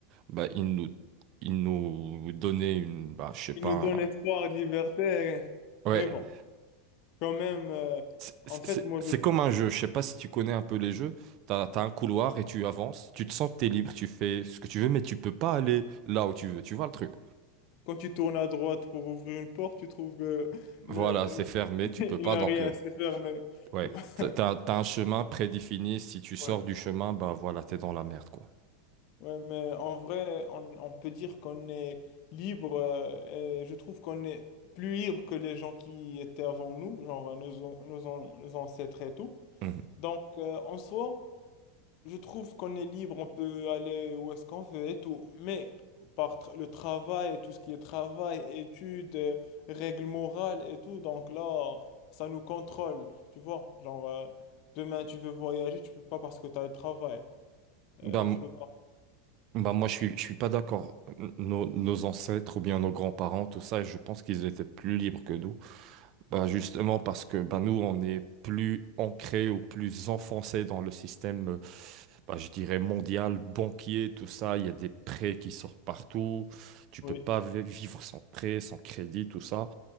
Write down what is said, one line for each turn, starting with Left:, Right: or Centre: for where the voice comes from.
Right: bah, il nous, il nous donnait une. Bah, je sais pas.
Left: Il nous donne espoir et liberté.
Right: Ouais.
Left: Mais bon, quand même, euh,
Right: C'est
Left: en fait,
Right: c'est-
Left: moi,
Right: c'est
Left: je trouve,
Right: comme un jeu. Je sais pas si tu connais un peu les jeux. T'as, t'as un couloir et tu avances. Tu te sens que t'es libre. Tu fais ce que tu veux, mais tu peux pas aller là où tu veux. Tu vois le truc?
Left: quand tu tournes à droite pour ouvrir une porte, tu trouves que
Right: Voilà,
Left: le,
Right: c'est fermé.
Left: <laughs>
Right: Tu
Left: il
Right: peux pas.
Left: n'a
Right: Donc,
Left: rien
Right: euh,
Left: à se faire. Mais...
Right: ouais.
Left: <laughs>
Right: T'as, t'as t'as un chemin prédéfini. Si tu sors
Left: Ouais.
Right: du chemin, bah voilà, t'es dans la merde, quoi.
Left: Ouais, mais en vrai, on, on peut dire qu'on est libre. euh, et je trouve qu'on est plus libre que les gens qui étaient avant nous, genre nos, an- nos an- nos ancêtres et tout.
Right: Mhm.
Left: Donc, euh, en soi, Je trouve qu'on est libre, on peut aller où est-ce qu'on veut et tout, mais par tra- le travail, tout ce qui est travail, études, euh, règles morales et tout, donc là, ça nous contrôle, tu vois. Genre, euh, demain, tu veux voyager, tu peux pas parce que tu as le travail. Euh,
Right: Bah,
Left: tu peux pas.
Right: Bah moi, je suis, je suis pas d'accord. Nos, nos ancêtres ou bien nos grands-parents, tout ça, je pense qu'ils étaient plus libres que nous. Bah justement parce que bah nous, on est plus ancrés ou plus enfoncés dans le système, euh, bah, je dirais, mondial, banquier, tout ça. Il y a des prêts qui sortent partout. Tu
Left: Oui.
Right: peux pas vi- vivre sans prêt, sans crédit, tout ça.